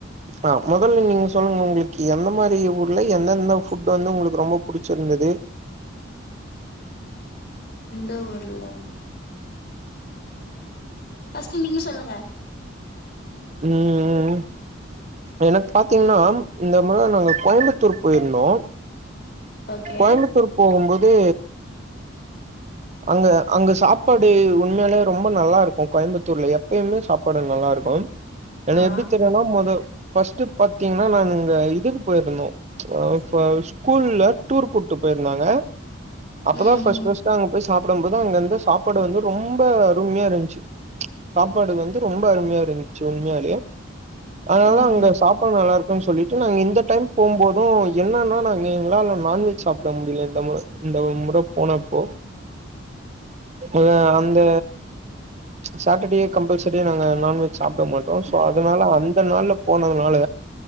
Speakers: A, on the right; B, on the left.
A: ஆ மொதல நீங்க சொல்லுங்க உங்களுக்கு எந்த மாரி ஊர்ல எந்த எந்த ஃபுட்டு வந்து உங்களுக்கு ரொம்ப புடி ச்சிருந்துது
B: அ ஊர்ல ஃபஸ்ட்டு நீங்க சொல்லுங்க
A: ம் எனக்கு பாத்தீங்கன்னா இந்த முற நாங்க கோயம்பத்தூர் போயிருந்தோ
B: ஓகே
A: கோயம்பத்தூர் போகும்போது அங்க அங்க சாப்பாடு உண்மையாலே ரொம்ப நல்லா இருக்கு எப்பயுமே சாப்பாடு நல்லா இருக்கு எனக்
B: ஆ
A: எப்டி தெரியுனா மொத ஃபஸ்ட்டு பாத்தீங்கன்னா நான் இங்க இதுக்கு போயிருந்தோ அ ஃப ஸ்கூல்ல டூர் கூட்டு போயிருந்தாங்க அப்பதா
B: ம்
A: ஃபஸ்ட் ஃபஸ்ட் அங்க சாப்படும் போதுஅங்க இருந்த சாப்பாடு வந்து ரொம்ப அருமையா இருந்துச்சு சாப்பாடு வந்து ரொம்ப அருமையா இருந்துச்சு உண்மையாலே அதனாலதா
B: ம்
A: அங்க சாப் பாடு நல்லா இருக்குன் சொல்லிட்டு நாங்க இந்த டைம் போம் போது என்ன்னா நாங்க எங்களால நான்வெஜ் சாப்ட முடியல இந்த முற இந்த ஒர் முற போனப்போ வந்து அந்த சேட்டர்டே கம்பல்சரிய நாங்க நான்வெஜ் சாப்டமாட் டோ சோ அதனால அந்த நாள்ள போனதுனால